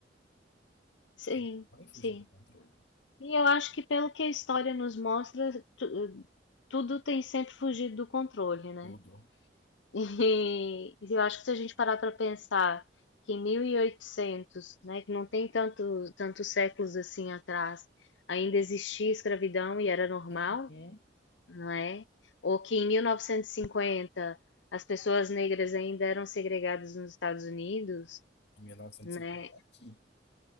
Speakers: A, on the left; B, on the left.
A: sim,
B: As coisas podem fugir
A: sim.
B: do controle.
A: E eu acho que pelo que a história nos mostra, tu- tudo tem sempre fugido do controle, né?
B: Tudo.
A: <laughs> E eu acho que se a gente parar para pensar que em 1800, né, que não tem tanto, tantos séculos assim atrás, ainda existia escravidão e era normal,
B: Uhum.
A: não é? Ou que em 1950 as pessoas negras ainda eram segregadas nos Estados Unidos,
B: 1950
A: né?
B: é aqui.